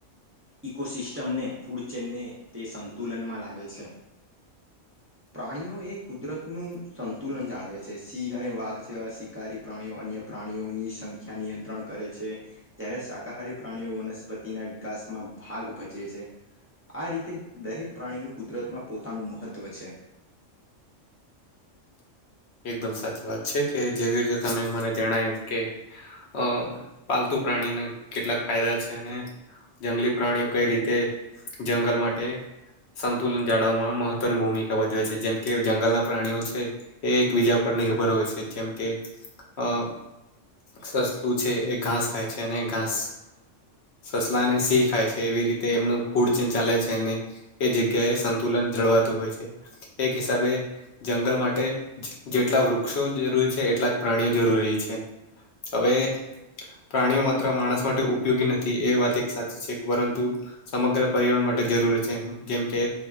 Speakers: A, on the right (about 20°); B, on the left (about 65°).
A: ઇકોસિસ્ટમને ફૂડ ચેનને તે સંતુલનમાં લાવે છે. પ્રાણીઓ એ કુદરત નું સંતુલન જાળવે છે. સિંહ અને વાઘ જેવા સિ કારી પ્રાણીઓ અન્ય પ્રાણીઓની સંખ્યા નિયંત્રણ કરે છે. ત્યારે શાકાહારી પ્રાણીઓ વનસ્પતિના વિકાસમાં ભાગ ભજવે છે. આ રીતે દરેક પ્રાણીનું કુદરતમાં પોતાનું મહત્વ છે.
B: એકદમ સાચી વાત છે. કે જેવી રીતે તમે મને જણાયું કે, અ પાલતુ પ્રાણીને કેટલાક ફાયદા છે. અને જંગલી પ્રાણીઓ કઈ રીતે જંગલ માટે, સંતુલન જાળવવામાં મહત્વની ભૂમિકા ભજવે છે. જેમ કે જંગલના પ્રાણીઓ છે. એ એકબીજા ઉપર નિર્ભર હોય છે. જેમ કે અ સસલું છે એ ઘાસ ખાય છે, અને ઘાસ સસલાને સિંહ ખાય છે એવી રીતે એમનું ફૂડ ચેન ચાલે છે અને એ જગ્યાએ સંતુલન જળવાતું હોય છે. એક હિસાબે જંગલ માટે જેટલા વૃક્ષો જરૂરી છે, એટલા જ પ્રાણીઓ જરૂરી છે. હવે પ્રાણીઓ માત્ર માણસ માટે ઉપયોગી નથી, એ વાત એક સાચી છે. પરંતુ સમગ્ર પર્યાવરણ માટે જરૂરી છે. જેમ કે